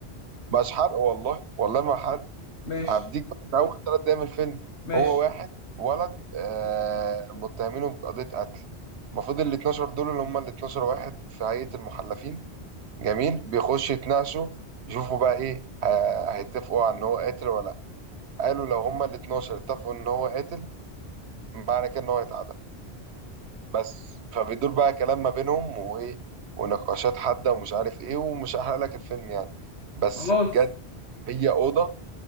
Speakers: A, on the right; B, on the left.
A: مش حرق والله والله ما حرق
B: ماشي
A: هديك بس اول ثلاث دقايق من الفيلم
B: ماشي
A: هو واحد ولد آه متهمينه بقضيه قتل المفروض ال 12 دول اللي هم ال 12 واحد في هيئه المحلفين جميل بيخشوا يتناقشوا يشوفوا بقى ايه آه هيتفقوا على ان هو قاتل ولا لا قالوا لو هم ال 12 اتفقوا ان هو قاتل معنى كده ان هو هيتعدم بس فبيدور بقى كلام ما بينهم وايه ونقاشات حادة ومش عارف ايه ومش هحرق لك الفيلم يعني بس
B: خلاص
A: بجد هي أوضة